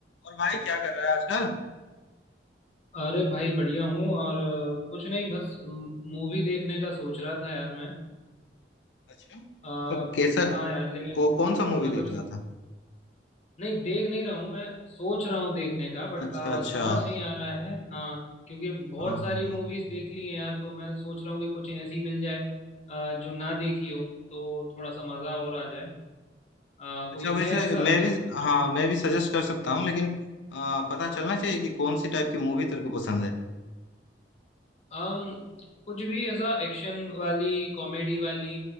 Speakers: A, on the left; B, on the left.
A: और भाई क्या कर रहा है आजकल
B: अरे भाई बढ़िया हूँ और अ, कुछ नहीं बस मूवी देखने का सोच रहा था यार मैं
A: अच्छा मतलब
B: अ,
A: कैसा
B: हाँ यार लेकिन
A: कौ, कौन सा मूवी
B: मतलब
A: देख रहा था
B: नहीं देख नहीं रहा हूँ मैं सोच रहा हूँ देखने का बट
A: अच्छा अच्छा
B: समझ
A: हाँ
B: नहीं आ रहा है हाँ क्योंकि बहुत
A: हाँ
B: सारी
A: हाँ।
B: मूवीज देख ली हैं यार तो मैं सोच रहा हूँ कि कुछ ऐसी मिल जाए अ, जो ना देखी हो तो थोड़ा सा मज़ा और आ जाए अ,
A: अच्छा
B: कोई
A: वैसे
B: है ऐसा
A: मैं
B: दिमाग
A: भी हाँ
B: में
A: मैं भी सजेस्ट कर सकता हूँ लेकिन आ, पता चलना चाहिए कि कौन सी टाइप की मूवी तेरे को पसंद है
B: um, कुछ भी ऐसा एक्शन वाली कॉमेडी वाली